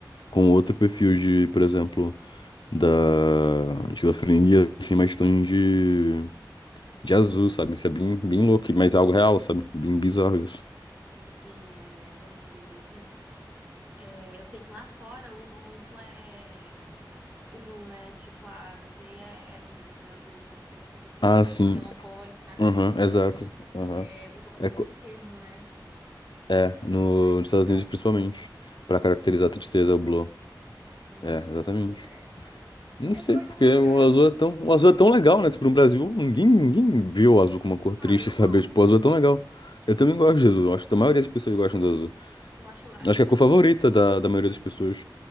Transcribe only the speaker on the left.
com outro perfil de, por exemplo, da esquizofrenia, assim, mais tons de, de azul, sabe? Isso é bem, bem louco, mas é algo real, sabe? Bem bizarro isso.
Ah,
sim.
Aham,
exato.
Aham.
É, co-
é
no,
nos Estados Unidos principalmente, para
caracterizar
a tristeza, o
blur.
É, exatamente.
Não
sei
porque
o azul
é tão, o azul é tão legal, né? Tipo, no Brasil, ninguém, ninguém viu o azul como uma cor triste,
sabe?
Tipo,
o azul
é tão legal. Eu também gosto de azul. Acho que a maioria das pessoas gostam do azul.
Acho
que é a cor favorita da, da maioria das pessoas.